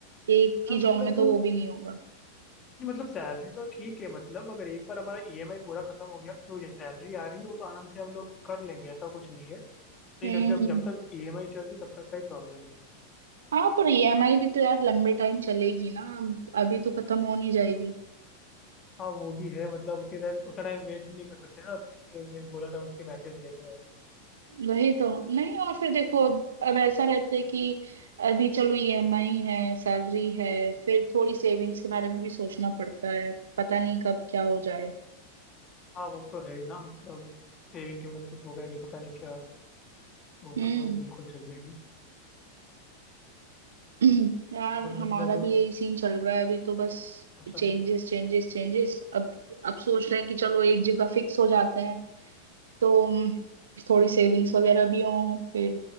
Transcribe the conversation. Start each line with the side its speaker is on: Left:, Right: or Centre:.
Right: एक
Left: हाँ
Right: की जॉब
Left: मतलब
Right: में तो
Left: नहीं,
Right: वो भी नहीं होगा
Left: मतलब सैलरी तो ठीक है मतलब अगर एक बार हमारा ईएमआई पूरा खत्म हो गया तो जो सैलरी आ रही हो तो आराम से हम लोग कर लेंगे ऐसा कुछ नहीं है लेकिन
Right: हम्म
Left: अब जब जब
Right: हम्म
Left: तक ईएमआई चल रही है, तब तक का ही प्रॉब्लम नहीं है
Right: हाँ पर ईएमआई भी तो यार लंबे टाइम चलेगी ना अब- अभी तो खत्म हो नहीं जाएगी
Left: हाँ वो भी है मतलब उतनी देर उतना टाइम वेट भी नहीं कर सकते ना उसके मैंने बोला था उसके मैसेज देख रहे हैं अभी
Right: वही तो नहीं और फिर देखो अब अब ऐसा रहता है कि अभी चलो ईएमआई है सैलरी है फिर थोड़ी सेविंग्स के बारे में भी सोचना पड़ता है पता नहीं कब क्या हो जाए
Left: हाँ वो तो है ही ना मतलब सेविंग के मतलब कुछ हो गया नहीं पता नहीं क्या तो वो
Right: हम्म
Left: सब तो बिल्कुल चाहिए ही
Right: <clears throat> यार
Left: और
Right: हमारा
Left: मतलब
Right: भी यही सीन चल रहा है अभी तो बस
Left: अच्छा
Right: Changes changes changes अब अब सोच रहे हैं कि चलो एक जगह फिक्स हो जाते हैं तो अम, थोड़ी सेविंग्स वगैरह भी हो फिर